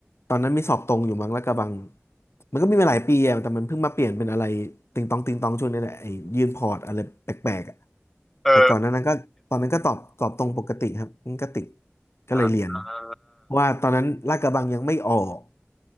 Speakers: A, on the left (about 75°); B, in the centre.
A: ตอนนั้นมีสอบตรงอยู่มั้งแล้วกระบังมันก็มีมาหลายปีอะแต่มันเพิ่งมาเปลี่ยนเป็นอะไรติงตองติงตองช่วงนี้แหละไอ้ยื่นพอร์ตอะไรแปลกๆอะ
B: เออ
A: แต่ก่อนหนานั้นก็ตอนนั้นก็ตอบตอบตรงปกติครับมันก็ติดก็เลยเรียน
B: อ่าอ่า
A: เพราะว่าตอนนั้นลาดกระบังยังไม่ออก